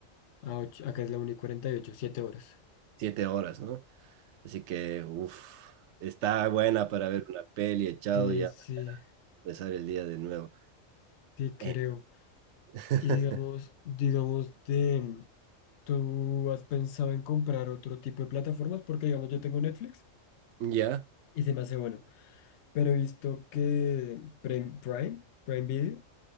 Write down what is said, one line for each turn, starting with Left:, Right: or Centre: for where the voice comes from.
Left: Ah, ocho- acá es la 1 y cuarenta y ocho siete horas.
Right: Siete horas, ¿no? Así que, uff, está buena para ver una peli echado
Left: Sí,
Right: ya
Left: sí,
Right: empezar el día de nuevo.
Left: sí creo.
Right: Eh, <laughs>
Left: Y digamos, digamos de, ¿Tú has pensado en comprar otro tipo de plataformas? Porque, digamos, yo tengo Netflix
Right: Ya,
Left: y se me hace bueno. Pero he visto que Prime, Prime, Prime Video,